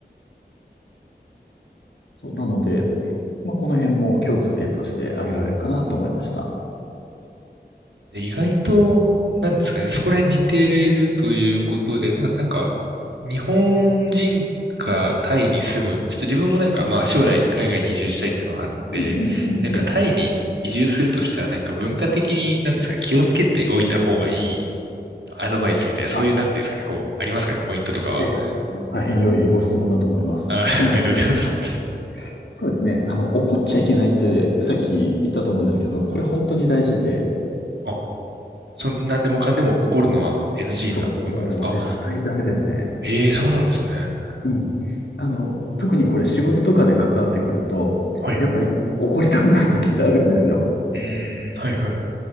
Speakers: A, on the left (about 85°); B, on the right (about 85°).
A: そう、なので、まあ、この辺も共通点として挙げられるかなと思いました。
B: 意外と、なんですかね、そこら辺似てるということで、なんか、なんか日本人がタイに住む、ちょっと自分もなんか、まあ将来海外に移住したいっていうのがあって、
A: うんうんうんうん。
B: なんかタイに移住するとしたら、なんか文化的に、なんですかね、気をつけておいた方がいいアドバイスみたいな、そういう、
A: あ、
B: なんていうんですかね、こう、ありますかね、ポイントとかは。
A: ええ大変良いご質問だと思います。
B: あ、
A: <laughs> あの
B: <laughs> ありがとうございます。
A: そうですね。あの、怒っちゃいけないってさっき言ったと思うんですけど、これ本当に大事で、
B: あ、そ、なんでもかんでも怒るのは NG
A: そう、
B: な文化なんです。
A: もう絶対ダメですね。
B: あ、ええそうなんですね。
A: うん。あの、特にこれ仕事とかで関わってくると、
B: はいはい。
A: やっぱり怒りたくなる時ってあるんですよ。
B: うーん、はいはい。